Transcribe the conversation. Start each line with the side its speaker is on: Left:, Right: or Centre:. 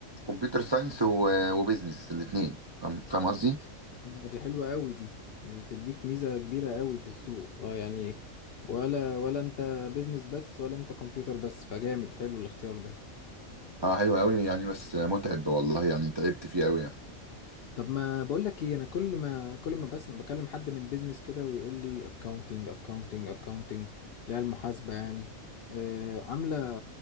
Right: كمبيوتر ساينس و- وبيزنس الاثنين فاهم فاهم قصدي
Left: آه، دي حلوة قوي دي دي تديك ميزة كبيرة قوي في السوق آه، يعني ولا ولا انت بيزنس بس ولا انت كمبيوتر بس فجامد حلو الاختيار ده
Right: اه حلو قوي يعني بس متعب والله يعني تعبت فيه قوي يعني
Left: طب ما بقول لك ايه انا كل ما كل ما بس بكلم حد من بيزنس كده ويقول لي اكاونتنج اكاونتنج اكاونتنج اللي هي المحاسبة يعني آه، عاملة